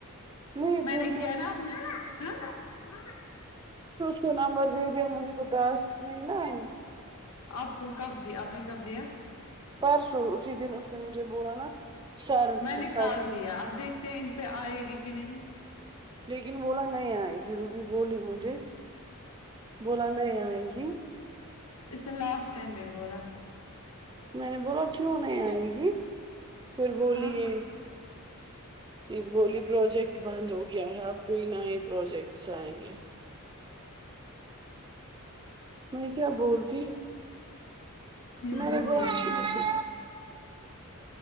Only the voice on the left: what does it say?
میں
نے کیا نا اپنا
آپ کو کب دی آپ نے کب دیا
میں نکال
دیا اب دیکھتے ہیں ان پہ آئے گی کی نہیں
اس نے لاسٹ ٹائم بھی بولا
ہاں
یہ
بولتی
رہتی